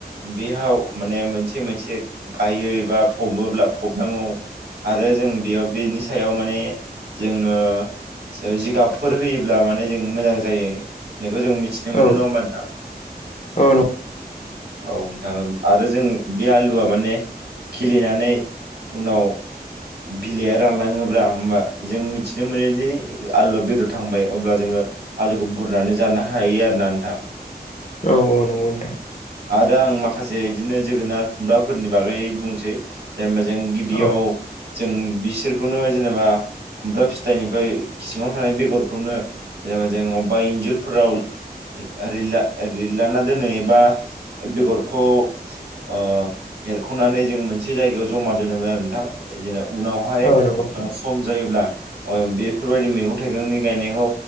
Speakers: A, on the right; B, on the left.
A: बेहाव माने मोनसे मोनसे गायो एबा फबोब्ला फबनांगौ आरो जों बेयाव बेनि सायाव माने जोङो सायाव जिगाबफोर होयोब्ला माने जों मोजां जायो होननायखौ जों मिथिनो मोनो
B: औ
A: नङा होमबा नोंथां
B: औ
A: औ नोंथां आरो जों बे आलुआ माने खिलिनानै उनाव बिलाइया रानलाङोब्ला होमबा जों मिथिनो मोनो जे आलुआ बेदर थांबाय अब्ला जोङो आलुखौ बुरनानै जानो हायो आरो ना नोंथां
B: औ औ नंगौ नोंथां
A: आरो आं माखासे इदिनो जोगोनार खुमब्राफोरनि बागै बुंसै जेनेबा जों गिबियाव
B: औ
A: जों बिसोरखौनो जेनेबा खुमब्रा फिथाइनिफ्राय सिङाव थानाय बेगरखौनो जेनेबा जों अबेबा इन्जुरफोराव रिल्ला रिलाना दोनो एबा बेगरखौ ओ एरख'नानै जों मोनसे जायगायाव जमा दोनोमोन आरो नोंथां जेन उनावहाय
B: औ नंगौ नोंथां
A: सम जायोब्ला ओ बेफोरबायदि मैगं थाइगंनि गायनायखौ